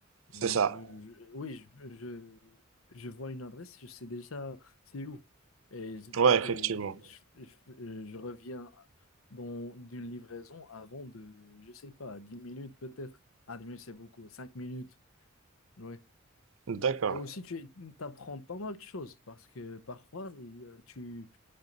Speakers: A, on the right (about 75°); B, on the left (about 85°).
A: c'est
B: Mm,
A: ça.
B: Je, je- oui, je, je, je vois une adresse, je sais déjà c'est où. Et je,
A: Ouais,
B: je fais,
A: effectivement.
B: je, je- je reviens dans, d'une livraison avant de, je sais pas, 10 minutes peut-être. Ah, 10 minutes, c'est beaucoup, 5 minutes. Oui.
A: D'accord.
B: Et aussi, tu apprends pas mal de choses parce que parfois, il- euh, tu,